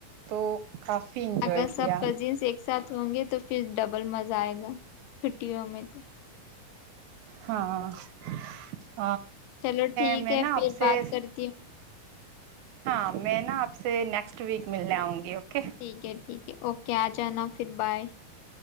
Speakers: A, on the right; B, on the left.
A: تو کافی انجوائے
B: اگر سب
A: کیا
B: کزنس ایک ساتھ ہوں گے تو پھر ڈبل مزہ آئے گا چھٹیوں میں تو
A: ہاں <inaudible>
B: چلو ٹھیک
A: میں
B: ہے
A: نا
B: پھر
A: آپ سے
B: بات کرتی ہوں
A: ہاں میں نا آپ سے نیکسٹ ویک ملنے آؤں گی اوکے
B: ٹھیک ہے ٹھیک ہے اوکے کیا آ جانا پھر بائے